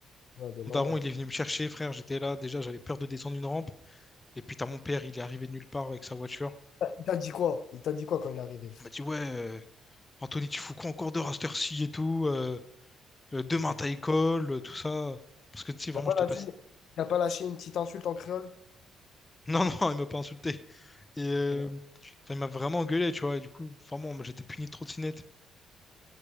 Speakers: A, on the left (about 70°); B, on the left (about 20°).
A: Ouais, ben,
B: Mon
A: normal.
B: daron, il est venu me chercher, frère. J'étais là. Déjà, j'avais peur de descendre une rampe. Et puis, t'as mon père, il est arrivé de nulle part avec sa voiture.
A: Il t'a dit quoi? Il t'a dit quoi quand il est arrivé?
B: Il m'a dit, ouais, euh, Anthony, tu fous quoi encore de heure heure-ci et tout? euh? euh, demain
A: Ok. Il
B: t'as école, euh, tout ça. Parce que tu sais,
A: t'a
B: vraiment,
A: pas
B: je
A: lâché,
B: t'ai pas. <laughs>
A: il t'a pas lâché une petite insulte en créole?
B: Non, non, il m'a pas insulté. Et euh,
A: Ok, non.
B: enfin, il m'a vraiment engueulé, tu vois. Et du coup, vraiment, moi, j'étais puni de trottinette.